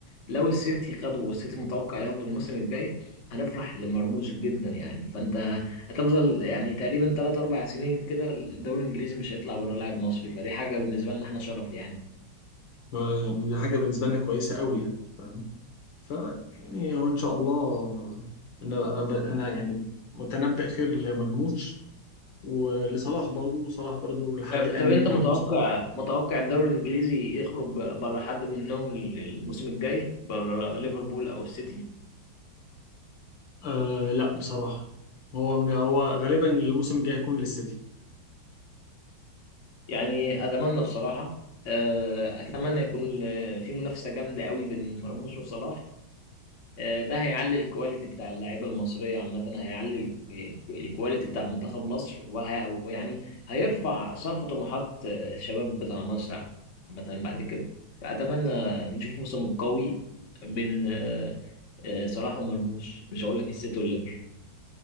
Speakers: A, on the left; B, on the left.
A: لو السيتي خدوا والسيتي متوقع ياخدوا الموسم الجاي هنفرح لمرموش جدا يعني فانت هتفضل يعني تقريبا 3 4 سنين كده الدوري الانجليزي مش هيطلع بره لاعب مصري فدي حاجة بالنسبة لنا احنا شرف يعني
B: ما- يعني دي حاجه بالنسبه لنا كويسه قوي يعني فاهم ف يعني هو ان شاء الله انا انا ب- انا يعني متنبئ خير لمرموش ولصلاح برضو صلاح برضو لحد
A: طب
B: الان
A: طب انت متوقع
B: مستوى
A: متوقع الدوري الانجليزي يخرج ب- بره حد منهم ال- الموسم الجاي بره ليفربول او السيتي
B: آه لا بصراحه هو هو غالبا الموسم الجاي هيكون للسيتي
A: يعني اتمنى بصراحه آه، اتمنى يكون آه، في منافسه جامده قوي بين مرموش وصلاح آه، ده هيعلي الكواليتي بتاع اللعيبه المصريه عامه هيعلي ال- الكواليتي بتاع منتخب مصر وه- ويعني هيرفع سقف طموحات آه، الشباب بتاع مصر عامه بعد كده فاتمنى نشوف موسم قوي بين آه، آه، صلاح ومرموش مش هقول لك السيتي والليفر